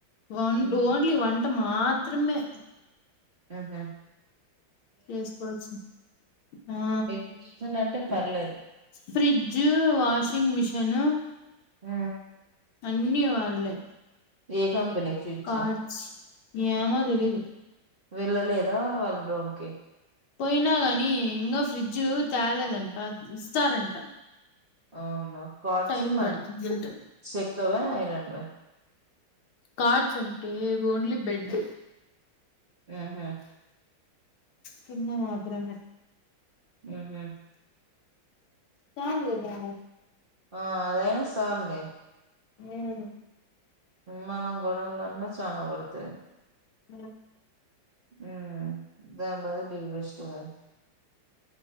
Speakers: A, on the left (about 85°); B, on the right (about 35°).
A: వన్
B: ఉహు
A: ఓన్లీ వన్ మాత్రమే
B: ఉహూ
A: చేసుకోవచ్చు ఆ
B: ఎయిటీన్ థౌసండ్ అంటే పర్లేదు
A: ఫ్రిడ్జ్ వాషింగ్ మిషన్
B: ఊ
A: అన్ని వాళ్ళే
B: ఏ కంపెనీ ఫ్రిడ్జ్
A: కాట్స్ ఏమో తెలీదు
B: వెళ్ళలేదా వాళ్ళ రూమ్కి
A: పోయినా గాని ఇంగా ఫ్రిడ్జ్ తేలేదంట, ఇస్తారంట.
B: అవునా కార్ట్స్
A: టైం
B: మ
A: పడుతుందంట
B: చెక్కవా, ఐరన్వా?
A: కార్ట్స్ అంటే ఓన్లీ బెడ్.
B: ఆహా
A: కింద మాత్రమే.
B: హుహ్
A: చాలుగదా
B: ఆ అదైనా సాలులే.
A: ఏ <inaudible>
B: మనం గొనాలన్నా చానా పడతది.
A: అ
B: హ్మ్ దాని బదులు ఇది బెస్ట్ కదా.